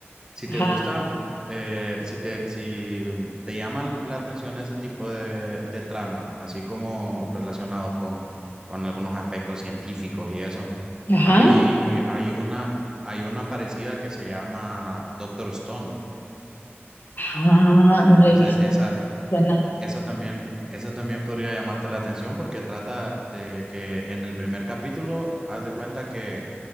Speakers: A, on the right; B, on the left.
A: Si
B: Ajá,
A: te gusta, eh, si te, si mm, te llama la atención ese tipo de, de trama, así como relacionados con, con algunos aspectos científicos y eso,
B: ajá,
A: hay, hay una, hay una parecida que se llama Doctor Stone.
B: ajá, no la
A: Entonces,
B: he visto,
A: esa,
B: suena,
A: Esa también, esa también podría llamarte la atención porque trata de que en el primer capítulo haz de cuenta que